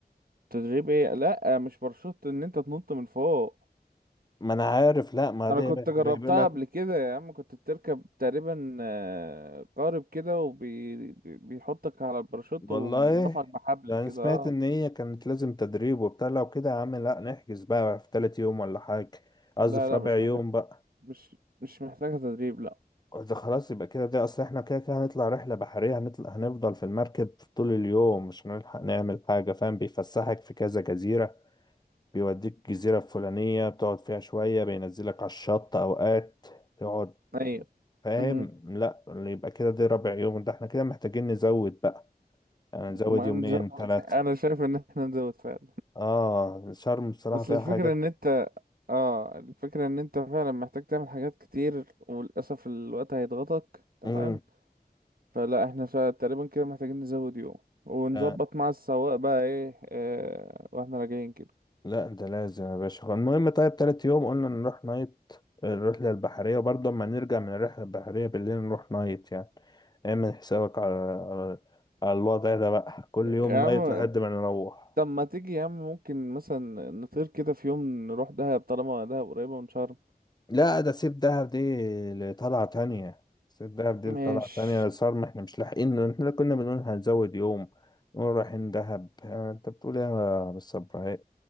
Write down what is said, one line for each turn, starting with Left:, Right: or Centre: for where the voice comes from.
Right: تدريب ايه لا مش باراشوت ان انت تنط من فوق
Left: ما انا عارف لا ما
Right: انا
Left: دي
Right: كنت
Left: بيقول
Right: جربتها
Left: لك
Right: قبل كده يا عم كنت بتركب تقريبا آه، قارب كده وبيحطك على الباراشوت
Left: والله
Right: ورفعك بحبل
Left: يعني
Right: كده
Left: سمعت
Right: اه
Left: ان هي كانت لازم تدريب وبتاع لو كده يا عم لا نحجز بقى في تالت يوم ولا حاجة قصدي
Right: لا
Left: في
Right: لا
Left: رابع
Right: مش
Left: يوم
Right: محتاج
Left: بقى
Right: مش مش محتاجة تدريب لا
Left: ده خلاص يبقى كده ده اصل احنا كده كده هنطلع رحلة بحرية هنطلع هنفضل في المركب طول اليوم مش هنلحق نعمل حاجة فاهم بيفسحك في كذا جزيرة بيوديك جزيرة فلانية بتقعد فيها شوية بينزلك على الشط اوقات تقعد
Right: ايوه
Left: فاهم
Right: أمم،
Left: لا يبقى كده ده رابع يوم ده احنا كده محتاجين نزود بقى يعني نزود
Right: ما
Left: يومين
Right: نزود
Left: ثلاثة
Right: <laughs> انا شايف ان احنا نزود فعلا
Left: اه شرم بصراحة
Right: بس
Left: فيها
Right: الفكرة
Left: حاجات
Right: ان انت اه الفكرة ان انت فعلا محتاج تعمل حاجات كتير وللأسف الوقت هيضغطك تمام
Left: مم.
Right: فلا احنا فا- تقريبا كده محتاجين نزود يوم ونظبط
Left: لا
Right: مع السواق بقى ايه اه واحنا راجعين كده
Left: لا ده لازم يا باشا هو المهم طيب تالت يوم قلنا نروح نايت الرحلة البحرية وبرضه أما نرجع من الرحلة البحرية بالليل نروح نايت يعني اعمل حسابك على على على الوضع ده بقى كل يوم
Right: يا
Left: نايت
Right: عم
Left: لحد ما نروح
Right: طب ما تيجي يا عم ممكن مثلا نطير كده في يوم نروح دهب طالما دهب قريبة من شرم
Left: لا ده سيب دهب دي لطلعة تانية سيب دهب دي
Right: ماشي
Left: لطلعة تانية صار احنا مش لاحقين احنا كنا بنقول هنزود يوم نقول رايحين دهب آه، انت بتقول ايه يا بالصبر